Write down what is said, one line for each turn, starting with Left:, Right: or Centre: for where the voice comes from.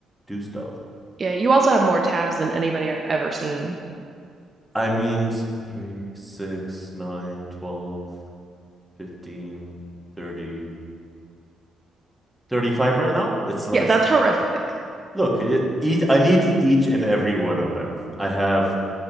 Centre: do stuff.
Right: Yeah, you also have more tabs than anybody I've ever seen.
Centre: I mean, 3, 6, 9, 12, 15, 30, thirty-five. right now. It's less.
Right: Yeah, that's horrific.
Centre: Look, it, each, I need each and every one of them. I have